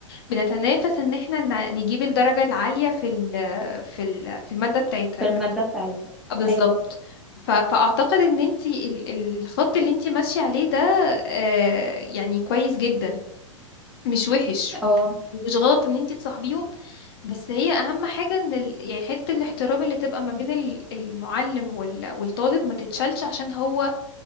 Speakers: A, on the left (about 45°); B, in the centre.
A: بنتنافس ان احنا ن- نجيب الدرجة العالية في ال في ال في المادة بتاعتها
B: في المادة بتاعتي
A: بالظبط
B: ايوه
A: ف- فاعتقد ان انتي ال- الخط اللي انتي ماشية عليه ده آه، يعني كويس جدا مش وحش
B: اه
A: ومش غلط ان انتي تصاحبيهم بس هي اهم حاجه ان ال... يعني حته الاحترام اللي تبقى ما بين ال- المعلم وال... والطالب ما تتشالش عشان هو